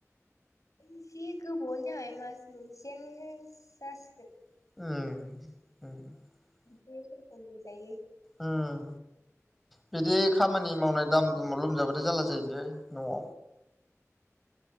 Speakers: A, on the left; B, in the centre.
A: एसे गोबावानो जाबाय मास मोनसेयानोस जास
B: ओम
A: बे सम - सम मोनजायो।
B: ओम बिदि खामानि खामानि मावनाय दाम दुमाव लोमजाबाथाय जालला जायोलै न'आव।